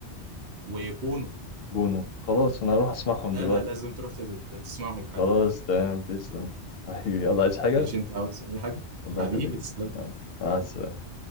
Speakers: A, on the right (about 70°); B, on the left (about 60°).
A: وبونو
B: بونو خلاص أنا هروح أسمعهم
A: لا
B: دلوقتي
A: لا لازم تروح تت- تسمعهم حاجة
B: خلاص تمام تسلم <laughs> حبيبي يلا عايز حاجة
A: ايش انت عاوز اي حاجة
B: الله
A: حبيبي
B: يخليك
A: تسلم
B: يلا مع السلامة